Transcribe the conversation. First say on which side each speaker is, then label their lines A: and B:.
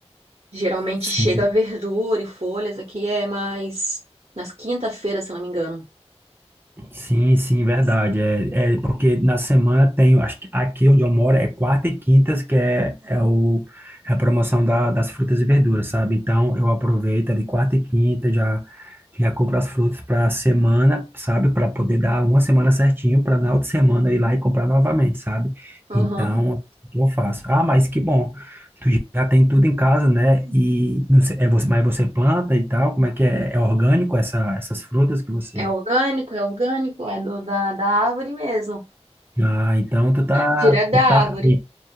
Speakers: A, on the right; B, on the right.
A: Geralmente
B: Sim.
A: chega verdura e folhas, aqui é mais nas quinta-feiras, se eu não me engano.
B: Sim, sim, verdade. É, é porque na semana tem, acho que aqui onde eu moro é quarta e quintas, que é, é, o, é a promoção da, das frutas e verduras, sabe? Então eu aproveito de quarta e quinta, já, já compro as frutas para a semana, sabe? Para poder dar uma semana certinho, para na outra semana ir lá e comprar novamente, sabe?
A: Uhum.
B: Então eu faço. Ah, mas que bom, já tem tudo em casa, né? E não sei, é você, mas você planta e tal? Como é que é? É orgânico essa, essas frutas que você.
A: É orgânico, é orgânico, é do, da, da árvore mesmo.
B: Ah, então tu tá,
A: Direto da
B: tu tá,
A: árvore.
B: fei-